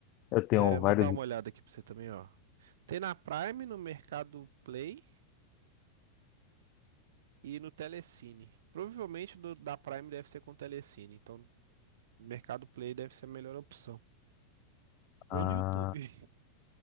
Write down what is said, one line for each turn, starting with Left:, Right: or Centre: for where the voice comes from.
Left: eu tenho
Right: É, vou
Left: vários.
Right: dar uma olhada aqui pra você também, ó. Tem na Prime, no Mercado Play e no Telecine. Provavelmente do, da Prime deve ser com Telecine, então Mercado Play deve ser a melhor opção.
Left: Ah,
Right: Ou no YouTube, <laughs>